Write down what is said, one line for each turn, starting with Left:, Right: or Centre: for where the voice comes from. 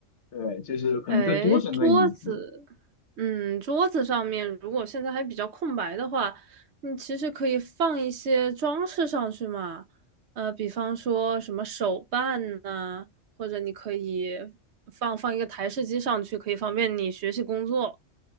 Left: 对，就是可能再多整个椅子。
Right: 哎，桌子，嗯，桌子上面如果现在还比较空白的话，你其实可以放一些装饰上去嘛，呃，比方说什么手办呐、或者你可以放放一个台式机上去，可以方便你学习工作。